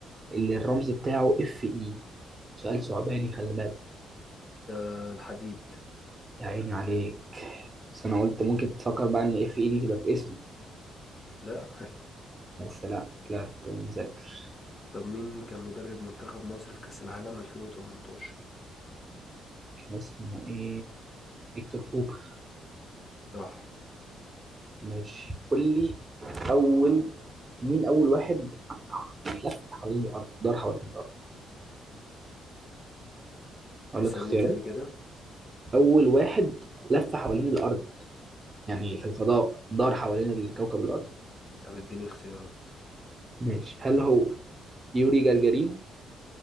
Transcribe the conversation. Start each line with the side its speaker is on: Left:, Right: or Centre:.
Right: اللي الرمز بتاعه اف اي سؤال صعباني خلي بالك
Left: آه الحديد
Right: يا عيني عليك بس انا قلت ممكن تفكر بقى ان اف اي دي تبقى في اسمه
Left: لا
Right: بس لا طلعت مذاكر
Left: <laughs> طب مين كان مدرب منتخب مصر في كأس العالم 2018
Right: كان اسمه ايه فيكتور كوبر
Left: صح
Right: ماشي قول لي اول مين اول واحد يعني لف حوالين الارض دار حوالين الارض اقول
Left: اسألني
Right: لك اختيارات
Left: تاني كده
Right: اول واحد لف حوالين الارض يعني في الفضاء دار حوالين الكوكب الارض
Left: طب اديني اختيارات
Right: ماشي هل هو يوري جagarin